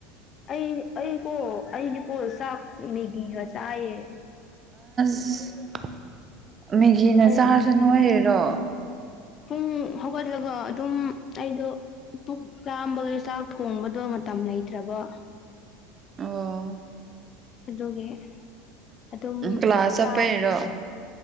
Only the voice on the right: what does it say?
ꯁ ꯃꯦꯒꯤꯅ
ꯆꯥꯔꯁꯨ ꯅꯣꯏꯔꯤꯔꯣ
ꯑꯣ
ꯎꯝ ꯀ꯭ꯂꯥꯁ ꯆꯠꯄꯩꯔꯣ